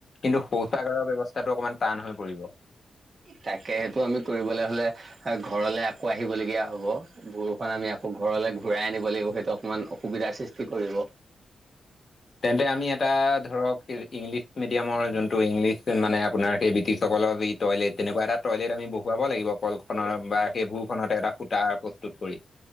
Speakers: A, on the left; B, on the right.
A: কিন্তু শৌচাগাৰৰ ব্যৱস্থাটো অকণমান টান হৈ পৰিব।
B: তাকে সেইটো আমি কৰিবলৈ হ'লে। ঘৰলে আকৌ আহিবলগীয়া হ'ব বৰষুণ আমি, ঘৰলৈ ঘূৰাই আনিব লাগিব সেইটো অকণমান অসুবিধাৰ সৃষ্টি কৰিব।
A: তেন্তে আমি এটা ধৰক ইংলিছ মিডিয়ামৰ যোনটো ইংলিছ মানে আপোনাৰ সেই ব্ৰিটিছসকলৰ যি। টয়লেট তেনেকুৱা এটা টয়লেট আমি বহুৱাব লাগিব কল খনৰ বা সেই ভূ খনতে এটা ফুতটা প্ৰস্তুত কৰি।